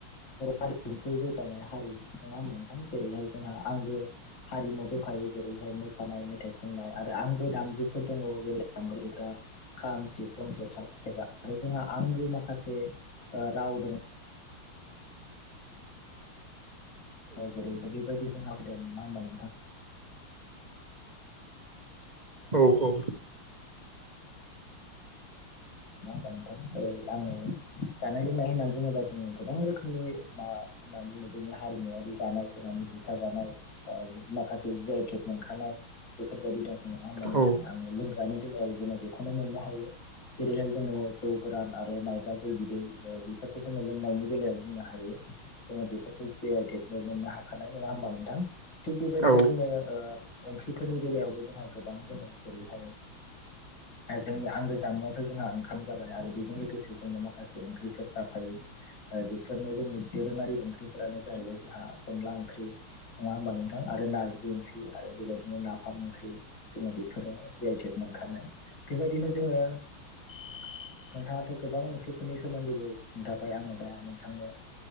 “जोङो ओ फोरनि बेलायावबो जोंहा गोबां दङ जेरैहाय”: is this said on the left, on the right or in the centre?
Left